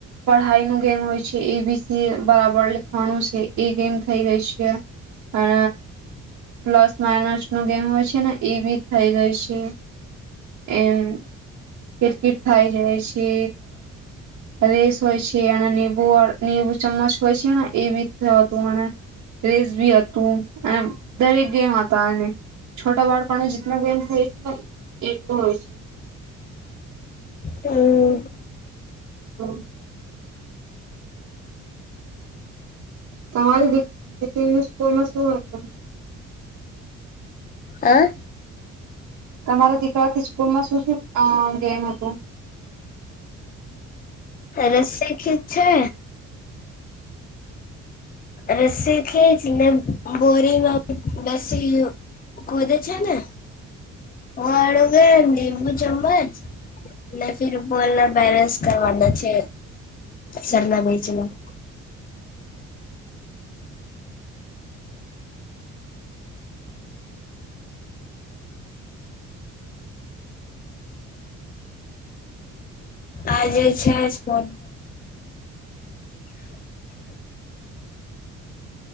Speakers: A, on the right; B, on the left.
A: પઢાઈનું ગેમ હોય છે એબીસી બરાબર લખવાનું છે એ ગેમ થઈ ગઈ છે અ પ્લસ માઇનસ નો ગેમ હોય છે ને એ બી થઈ જાય છે એમ કિકટ થાય જાય છે અ રેસ હોય છે અને બુ બુ ચમ્મચ હોય છે ને એ બી હતું અને રેસ બી હતું એ દરેક ગેમ હતા એને છોટા બાળપનો જેટલો ગેમ થાય છે ને એટલો હોય છે.
B: હમ.
A: હમ. તમારી દીકરી નું સ્કૂલમાં શું હતું?
B: અ.
A: તમારા દીકરાથી સ્કૂલમાં શું શું ગેમ હતુ?
B: રસી ખીચ છે. રસ્સી ખીચ ને બોરીમાં બેસી ખોદે છે ને હડો ગયોમ ચમજ. ને ફિર બોલના બેરેન્સ કરવાના છે સરના ભાઈજમાં. આજે છે જ મો